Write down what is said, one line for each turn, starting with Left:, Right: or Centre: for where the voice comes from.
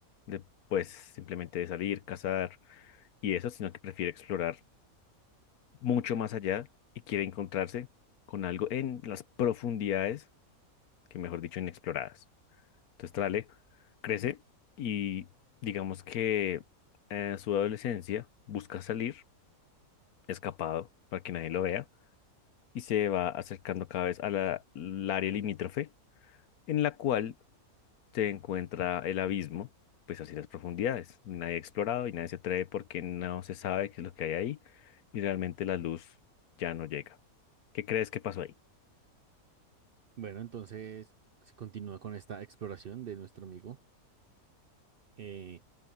Left: de pues simplemente de salir, cazar y eso, sino que prefiere explorar mucho más allá y quiere encontrarse con algo en las profundidades, que mejor dicho, inexploradas. Entonces Trale crece y digamos que en su adolescencia busca salir escapado para que nadie lo vea y se va acercando cada vez a la, al área limítrofe en la cual se encuentra el abismo, pues así las profundidades. Nadie ha explorado y nadie se atreve porque no se sabe qué es lo que hay ahí y realmente la luz ya no llega. ¿Qué crees que pasó ahí?
Right: Bueno, entonces se continúa con esta exploración de nuestro amigo. Eh,